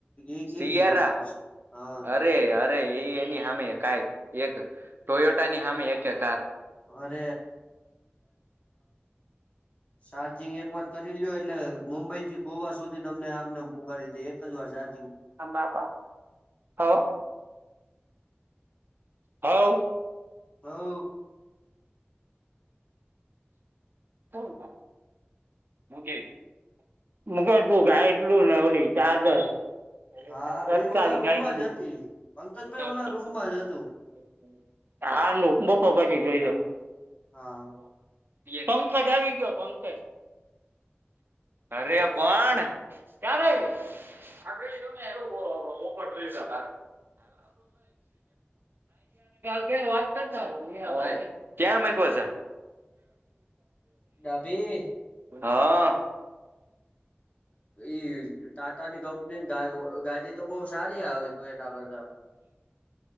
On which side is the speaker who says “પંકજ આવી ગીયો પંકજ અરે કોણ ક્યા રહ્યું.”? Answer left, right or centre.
Right